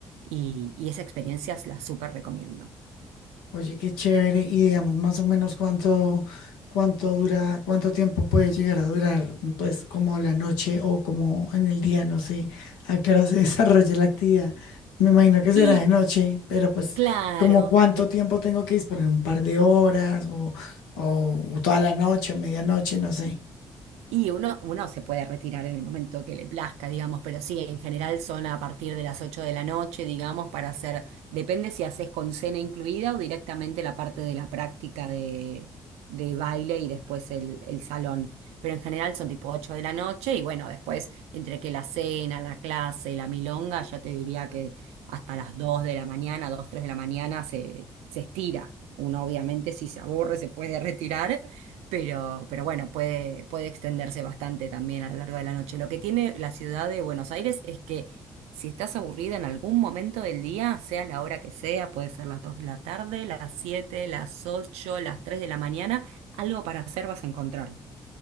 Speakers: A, on the right; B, on the left.
A: y, y esa experiencia la súper recomiendo.
B: Oye, qué chévere. Y digamos más o menos cuánto, cuánto dura, cuánto tiempo puede llegar a durar, pues como la noche o como en el día, no sé, a qué hora se <laughs> desarrolla la actividad. Me imagino que será
A: Y
B: de noche, pero pues
A: claro,
B: como cuánto
A: en,
B: tiempo tengo que disponer, un par de horas o, o toda la noche, medianoche, no sé.
A: Y uno, uno se puede retirar en el momento que le plazca, digamos, pero sí, en general son a partir de las 8 de la noche, digamos, para hacer, depende si haces con cena incluida o directamente la parte de la práctica de, de baile y después el, el salón. Pero en general son tipo 8 de la noche y bueno, después entre que la cena, la clase y la milonga, yo te diría que hasta las 2 de la mañana, 2 3 de la mañana se, se estira. Uno obviamente si se aburre se puede retirar pero, pero bueno, puede, puede extenderse bastante también a lo largo de la noche. Lo que tiene la ciudad de Buenos Aires es que si estás aburrida en algún momento del día, sea la hora que sea, puede ser las 2 de la tarde, las 7, las 8, las 3 de la mañana, algo para hacer vas a encontrar.